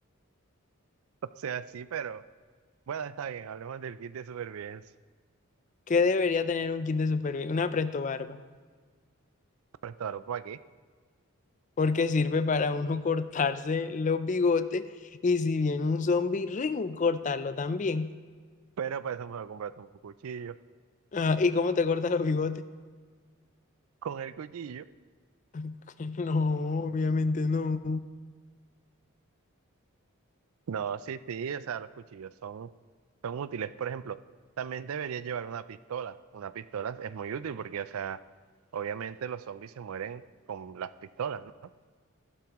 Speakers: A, on the right; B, on the left.
A: <laughs> O sea, sí, pero bueno, está bien, hablemos del kit de supervivencia.
B: ¿Qué debería tener un kit de supervivencia? Una prestobarba,
A: <laughs> Prestador por aquí,
B: porque sirve para uno <laughs> cortarse los bigotes y si viene un zombie, ring, cortarlo también.
A: pero para eso mejor comprarte un cuchillo.
B: Ah, ¿y cómo te cortas los bigotes?
A: Con el cuchillo,
B: <laughs> No, obviamente no.
A: no, sí, sí, o sea, los cuchillos son, son útiles. Por ejemplo, también deberías llevar una pistola. Una pistola es muy útil porque, o sea, obviamente los zombies se mueren con las pistolas, ¿no?